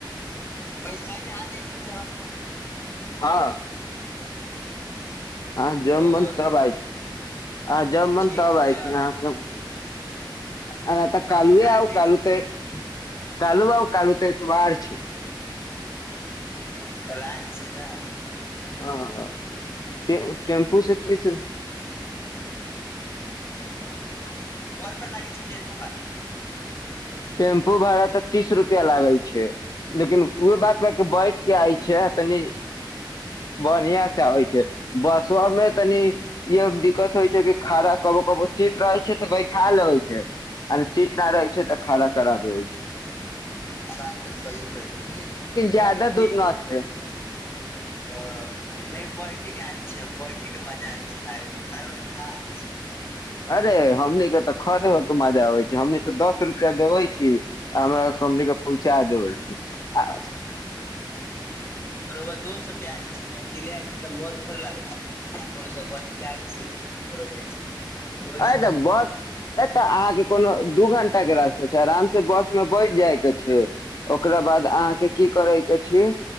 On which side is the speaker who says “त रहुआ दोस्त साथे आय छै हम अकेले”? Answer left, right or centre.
Left